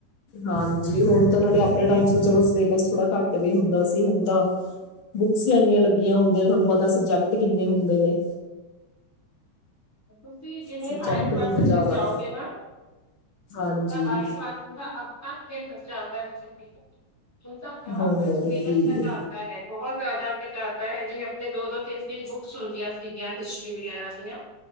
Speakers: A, on the left (about 65°); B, on the left (about 20°).
A: ਹਾਂਜੀ ਹੁਣ ਤਾਂ ਨਾਲੇ ਆਪਣੇ ਟਾਈਮ ਚ ਚਲੋ ਸਿਲੇਬਸ ਥੋੜ੍ਹਾ ਘੱਟ ਵੀ ਹੁੰਦਾ ਸੀ ਹੁਣ ਤਾਂ ਬੁੱਕਸ ਏਨੀਆਂ ਲੱਗੀਆਂ ਹੁੰਦੀਆਂ ਥਾਨੂੰ ਪਤਾ ਸਬਜੈਕਟ ਕਿੰਨੇ ਹੁੰਦੇ ਨੇ।
B: ਤੁਸੀਂ ਜਿਂਵੇ
A: ਸਬਜੈਕਟ
B: ਹਾਇਰ ਕਲਾਸਿਸ
A: ਬਹੁਤ ਜ਼ਿਆਦਾ
B: ਦੇ ਜਾਓਗੇ
A: ਏ
B: ਨਾ
A: ਹਾਂਜੀ
B: ਤਾਂ ਹਾਈ ਕਲਾਸ ਦਾ ਹਫਤਾ ਸਲੇਬਸ ਚਲਦਾ ਏਦੇ ਚ ਵੀ। ਹੁਣ ਤਾਂ ਬਹੁਤ
A: ਹੋਰ
B: ਸਟ੍ਰੇਲੀਆ
A: ਕੀ
B: ਚ <unintelligible> ਵਵਾ ਆਪ ਸੇਲ ਲਦਾ ਹੈ ਬਹੁਤ ਜ਼ਿਆਦਾ ਘਟਾ ਤਾ ਹੈ ਜੀ ਆਪਣੇ ਦੋ ਦੋ ਤਿੰਨ ਤਿੰਨ ਬੁੱਕਸ ਹੁੰਦੀਆਂ ਸੀਗੀਆਂ ਹਿਸਟਰੀ ਵਗੈਰਾ ਦੀਆਂ।